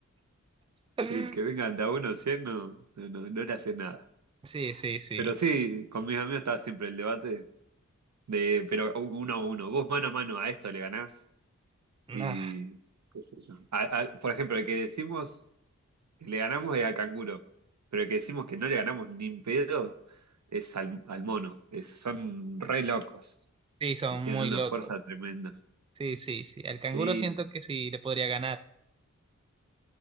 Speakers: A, on the right; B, on the right.
A: <laughs>
B: y que vengan de a uno cien no, no, no no le hace nada.
A: Sí, sí, sí.
B: Pero sí, con mis amigos estaba siempre el debate de, pero uno a uno, vos mano a mano a esto le ganás
A: Ah,
B: y qué sé yo. A- a- por ejemplo, el que decimos Le ganamos eh, al canguro, pero el que decimos que no le ganamos ni en pedo es al, al mono. Es- son re locos
A: sí, son
B: y tienen
A: muy
B: una
A: locos.
B: fuerza tremenda.
A: Sí, sí, sí. Al canguro
B: Sí,
A: siento que sí le podría ganar.